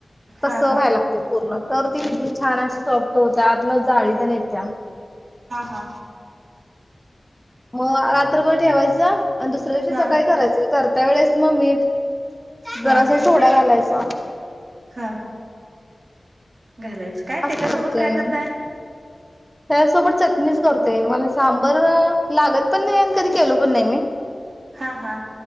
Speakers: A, on the right (about 75°); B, in the centre.
A: हा
B: तसं
A: हा
B: व्हाय लागतंय पूर्ण तर ती इडली छान अशी सॉफ्ट होत्या, आतन जाळी तेन येत्या.
A: हा हा
B: म अ रात्रभर ठेवायचं आणि दुसऱ्या दिवशी
A: हा
B: सकाळी करायचं करत्या वेळेस म मीठ
A: हा
B: जरासा सोडा घालायचा.
A: हा घालायचं, काय
B: असं
A: त्याच्यासोबत
B: करतोय
A: काय करताय?
B: मी. <unintelligible> त्यासोबत चटणीच करतोय, मला सांबर लागत पण नाही आणि कधी केलो पण नाही मी
A: हा, हा